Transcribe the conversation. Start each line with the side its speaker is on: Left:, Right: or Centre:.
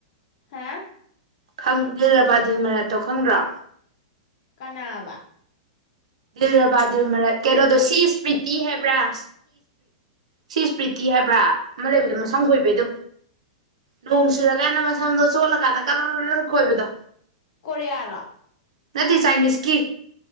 Left: ꯍꯥ
Right: ꯈꯡ ꯗꯤꯜꯔꯕ ꯗꯤꯜ ꯃꯔꯠꯇꯧ ꯈꯡꯗ꯭ꯔꯣ
Left: ꯀꯅꯥꯕ
Right: ꯗꯤꯜꯕꯥ ꯜ ꯃꯔ ꯀꯩꯅꯣꯗꯣ ꯁꯤ ꯏꯁꯄ꯭ꯔꯤꯇꯤ ꯍꯥꯏꯕ꯭ꯔꯥꯔꯤ ꯁꯤ ꯏꯁꯄ꯭ꯔꯤꯇꯤ ꯍꯥꯏꯕ꯭ꯔꯥ ꯑꯃ ꯂꯩꯕꯗꯣ ꯃꯁꯝ ꯈꯣꯏꯕꯩꯗꯣ ꯅꯣꯡ ꯆꯨꯔꯀꯥꯟꯗ ꯃꯁꯝꯗꯣ ꯆꯣꯠꯂꯀꯥꯟꯗ ꯀ ꯈꯣꯏꯕꯗꯣ
Left: ꯀꯨꯔꯤꯌꯔꯣ
Right: ꯟꯇꯦ ꯆꯥꯏꯅꯤꯁꯀꯤ